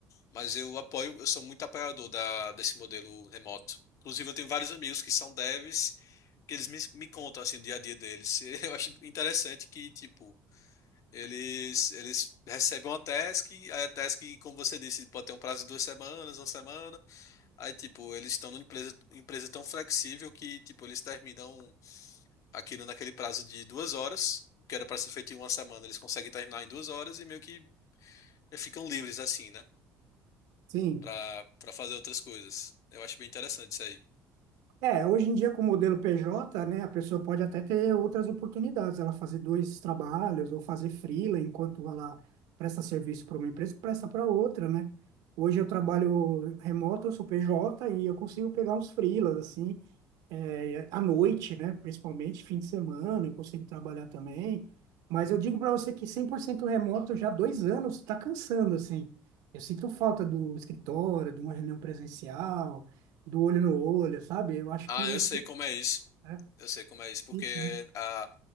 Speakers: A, on the left; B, on the right.
A: mas eu apoio, eu sou muito apoiador da, desse modelo remoto. Inclusive, eu tenho vários amigos que são devs, que eles me, me contam assim o dia a dia deles. <laughs> Eu acho interessante que, tipo, eles eles recebem uma task, aí a task, como você disse, pode ter um prazo de duas semanas, uma semana. Aí, tipo, eles estão numa empresa, empresa tão flexível que, tipo, eles terminam aquilo naquele prazo de duas horas, o que era para ser feito em uma semana, eles conseguem terminar em duas horas e meio que ficam livres assim, né?
B: Sim,
A: Pra, pra fazer outras coisas. Eu acho bem interessante isso aí.
B: É, hoje em dia com o modelo PJ, né, a pessoa pode até ter outras oportunidades, ela fazer dois trabalhos ou fazer freela enquanto ela presta serviço para uma empresa, presta para outra, né? Hoje eu trabalho remoto, eu sou PJ e eu consigo pegar uns freelas assim, é, à noite, né? Principalmente fim de semana, eu consigo trabalhar também. Mas eu digo para você que 100% remoto já há dois anos está cansando, assim. Eu sinto falta do escritório, de uma reunião presencial, do olho no olho, sabe? Eu acho
A: Ah,
B: que
A: eu
B: isso,
A: sei como é isso.
B: é
A: Eu sei como é isso, porque
B: isso, né?
A: a,